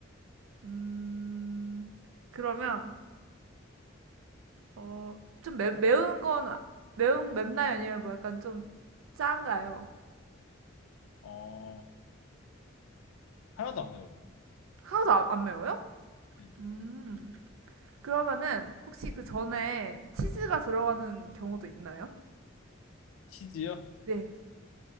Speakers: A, on the right; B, on the left.
A: 음, 그러면, 어, 좀 매, 매운 건, 매운, 맵나요? 아니면 뭐 약간 좀 짠가요?
B: 어, 하나도 안 매워요.
A: 하나도 안, 안 매워요?
B: 음.
A: 음, 그러면은, 혹시 그 전에 치즈가 들어가는 경우도 있나요?
B: 치즈요?
A: 네,